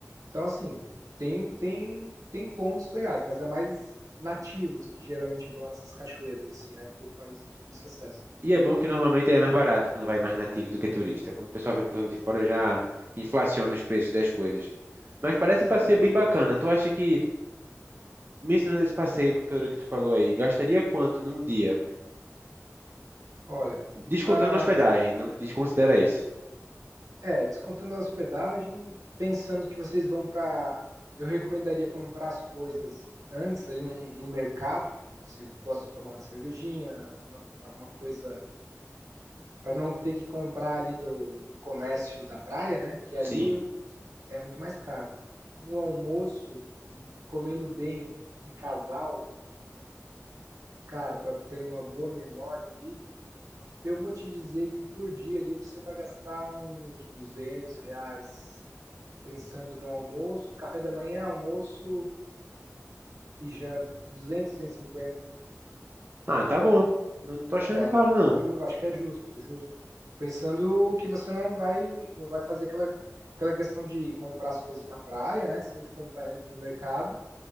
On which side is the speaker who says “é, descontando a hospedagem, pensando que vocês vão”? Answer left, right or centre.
Right